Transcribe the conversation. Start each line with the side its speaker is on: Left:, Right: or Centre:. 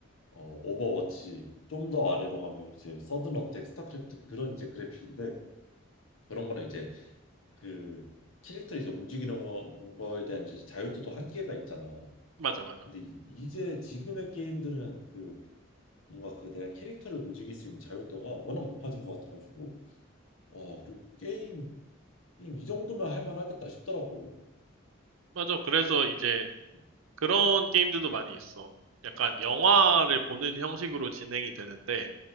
Left: 어 오버워치 좀 더 아래로 가면 이제 서든 어택, 스타크래프트 그런 이제 그래픽인데 그런 거는 이제 그 캐릭터 이제 움직이는 거, 거에 대한 이제 자유도도 한계가 있잖아.
Right: 맞아, 맞아.
Left: 근데 이- 이제 지금의 게임들은 그 뭔가 그 내가 캐릭터를 움직일 수 있는 자유도가 워낙 높아진 것 같아가지고 와 그리고 게임 게임 이 정도면 할 만하겠다 싶더라고.
Right: 맞아. 그래서 이제
Left: 뭐,
Right: 그런 게임들도 많이 있어. 약간 영화를 보는 형식으로 진행이 되는데